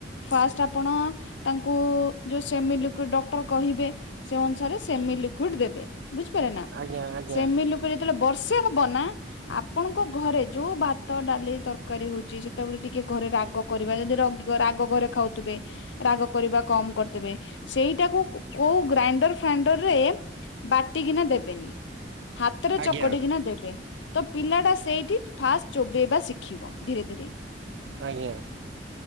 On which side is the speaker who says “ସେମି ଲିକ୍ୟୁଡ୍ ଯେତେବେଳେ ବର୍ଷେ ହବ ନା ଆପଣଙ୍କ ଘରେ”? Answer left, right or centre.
Left